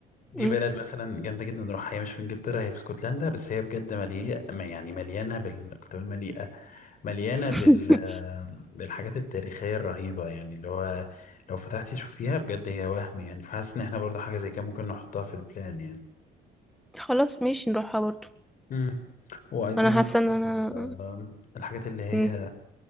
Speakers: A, on the left (about 50°); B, in the centre.
A: دي
B: مم.
A: بلد مثلا جامده جدا نروحها هي مش في انجلترا هي في اسكتلندا بس هي بجد مليئه ما يعني مليانه بال كنت بقول مليئه مليانة
B: <laughs>
A: بال بالحاجات التاريخية الرهيبة يعني اللي هو لو فتحتي شفتيها بجد هي وهم يعني فحاسس إن احنا برضه حاجة زي كده ممكن نحطها في البلان يعني
B: خلاص ماشي نروحها برضو
A: مم. وعايزين
B: انا حاسه
A: نجرب
B: ان انا
A: ال- الحاجات اللي هي
B: مم.